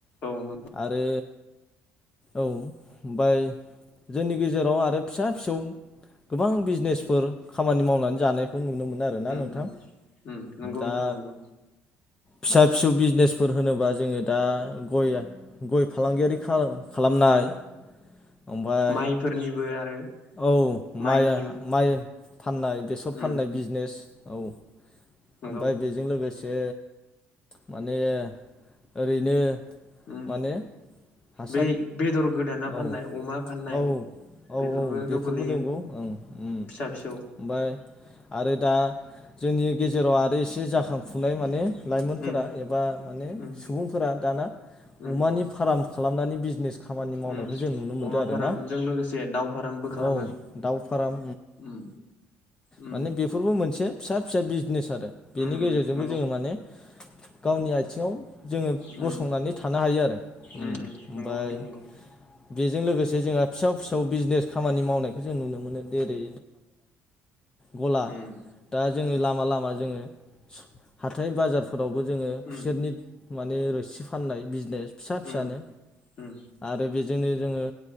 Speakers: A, on the left; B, on the left.
A: उम
B: आरो औ ओमफाय जोंनि गेजेराव आरो फिसा फिसौ गोबां बिजनेस फोर खामानि मावनानै जानायखौ नुनो मोन आरोना
A: उम
B: नोंथां
A: उम उम नंगौ
B: दा
A: नोंथां नंगौ
B: फिसा फिसौ बिजनेसफोर होनोबा जोङो दा
A: उम
B: गय फालांगियारि खालाम खालामनाय
A: उम
B: ओमफ्राय
A: माइफोरनिबो आरो
B: औ
A: माइनि
B: माइ माइ फाननाय बेसर
A: उम
B: फाननाय बिजनेस औ
A: नंगौ
B: ओमफफ्राय बेजों लोगोसे माने ओरैनो
A: उम
B: माने हासार
A: बै बेदर गोदाना फाननाय
B: औ
A: अमा फाननाय
B: औ औ
A: बेफोरबोथ'
B: औ बेफोरबो
A: गोलैयो
B: नंगौ ओं ओमफ्राय
A: फिसा फिसौ
B: आरो दा जोंनि गेजेराव आरो एसे जाखांफुनाय माने लाइमोनफोरा
A: उम
B: एबा माने
A: उम
B: सुबुंफोरा दाना
A: उम
B: अमानि फार्म खालामनानै बिजनेस खामानि मावनायखौ
A: उम
B: जों नुनो मोनदों
A: अमा
B: आरोना
A: फार्मजों लोगोसे दाउ फार्मबो खालामो
B: औ दउ फाराम
A: उम उम
B: माने बेफोरबो मोनसे फिसा फिसौ बिजनेस आरो बेनि
A: उम
B: गेजेरजोंबो
A: उम नंगौ
B: जोङो माने गावनि आथिङाव जोङो
A: उम
B: गसंनानै थानो हायो आरो
A: उम उम
B: ओमफ्राय
A: नंगौ नोंथां नंगौ
B: बेजों लोगोसे जोंहा फिसौ फिसौ बिजनेस खामानि मावनायखौ जों नुनो मोनो जेरै गला
A: उम
B: दा जोङो लामा लामा जोङो हाथाय बाजारफोरावबो जोङो खुसेरनि
A: उम
B: माने रोसि फाननाय बिजनेस फिसा फिसानो
A: उम उम
B: आरो बेजोंनो जोङो